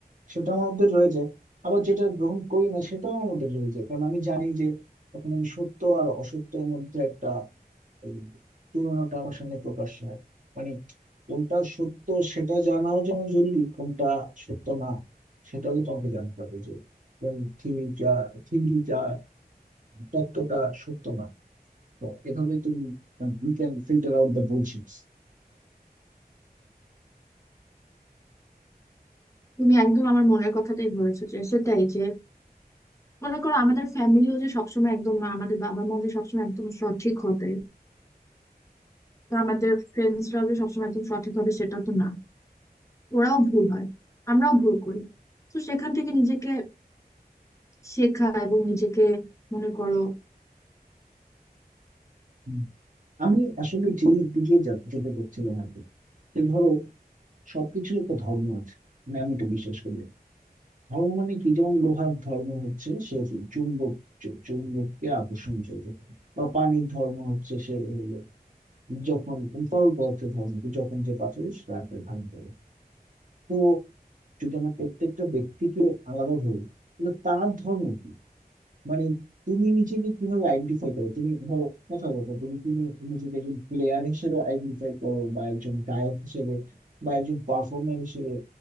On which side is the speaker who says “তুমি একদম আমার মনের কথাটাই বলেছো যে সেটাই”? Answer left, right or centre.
Left